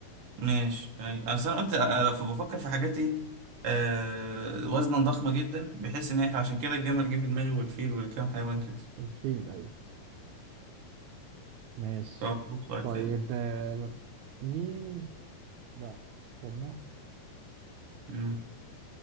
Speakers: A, on the right; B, on the right.
A: ماشي اي اصل انا قلت آه، آه، فبفكر في حاجات ايه آه وزنا ضخمه جدا بحيث ان هي عشان كده الجمل جه في دماغي والفيل والكام حيوان كده
B: الفيل ايوه ماشي
A: فهو سؤال
B: طيب
A: تاني
B: آه، مين لا استنى
A: مم.